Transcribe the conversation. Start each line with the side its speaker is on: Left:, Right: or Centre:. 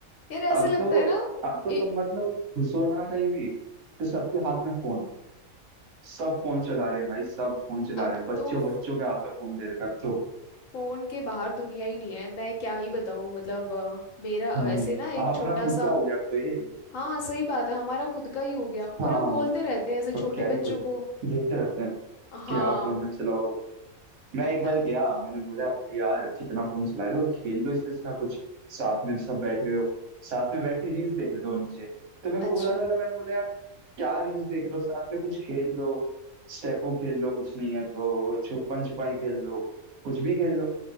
Left: यार ऐसे
Right: अब
Left: लगता
Right: तो
Left: है ना
Right: अब तो
Left: ए,
Right: तुम मतलब घुसो ना कहीं भी तो सबके हाथ में फोन सब फोन चला रहे हैं भाई सब फोन चला
Left: अब
Right: रहे हैं बच्चों
Left: तो
Right: बच्चों के हाथ में फोन दे रखा है अब तो
Left: फोन के बाहर दुनिया ही नहीं है मैं क्या ही बताऊं मतलब अ, मेरा
Right: भाई
Left: ऐसे ना एक
Right: अपना
Left: छोटा
Right: खुद
Left: सा
Right: का हो गया अब तो ये
Left: हाँ सही बात है हमारा खुद का ही हो गया और
Right: हाँ
Left: हम बोलते रहते हैं ऐसे छोटे
Right: तो क्या ही
Left: बच्चों
Right: बोले
Left: को
Right: खेलते रहते हैं
Left: हाँ
Right: कि आप फोन मत चलाओ मैं एक
Left: अ-
Right: बार गया मैंने बोला भाई यार कितना फोन चला रहे हो खेल लो इससे अच्छा कुछ साथ में सब बैठे हो साथ में बैठ के रील्स देख रहे थे वो नीचे तो मेरे
Left: अच्छा
Right: को बुरा लगा मैंने बोला यार क्या रील्स देख रहे हो साथ में कुछ खेल लो स्टेपो खेल लो कुछ नहीं है तो छुपन छुपाई खेल लो कुछ भी खेल लो